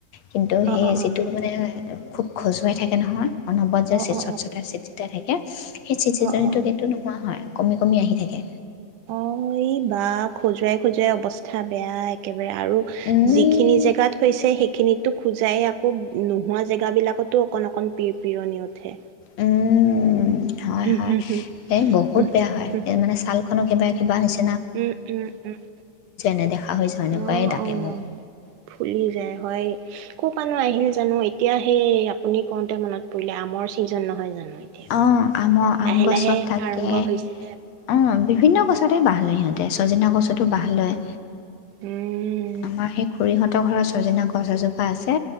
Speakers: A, on the left; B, on the right.
A: কিন্তু
B: অ
A: সেই
B: অ অ
A: জেতুকা
B: অ
A: বনেও আহে। <unintelligible> খুব খজুৱাই থাকে নহয়। অনবৰত যে
B: অ
A: চে,
B: অ অ
A: চতচতাই, চিতচিতাই থাকে সেই চিতচিতনিটো
B: অ অ অ
A: কিন্তু নোহোৱা হয়। কমি কমি আহি থাকে
B: অ'এই বা খজুৱাই খজুৱাই অৱস্থা বেয়া একে বাৰে আৰু
A: উম,
B: যিখিনি জেগাত হৈছে সেইখিনিত টো খোজাইয়ে আকৌ নোহোৱা জেগাবিলাকতো অকণ অকণ পিৰপিৰণি উঠে।
A: উম, হয়
B: হুম
A: হয়,
B: হুম হুম
A: এই বহুত
B: উম,
A: বেয়া হয়,
B: হুম
A: এ মানে ছালখনো কিবা কিবা নিছে
B: উম, উম, উম,
A: নেদেখা হৈ যাওঁ এনেকুৱাই
B: অহ
A: ডাকে
B: অ
A: মোক
B: ফুলি যায় হয়, কপানো আহিল জানো, এতিয়া সেই আপুনি কওঁতে মনত পৰিলে আমৰ ছিজন নহয় জানো? এতিয়া।
A: অ আমৰ
B: লাহে
A: আম গছত
B: লাহে
A: থাকে
B: আৰম্ভ হৈছে
A: অ বিহ বিভিন্ন গছতে বাঁহ লয় সিহঁতে ছজিনা গছতো বাঁহ লয়
B: উম,
A: আমাৰ সেই খুৰীহঁতৰ ঘৰ ছজিনা গছ এজোপা আছে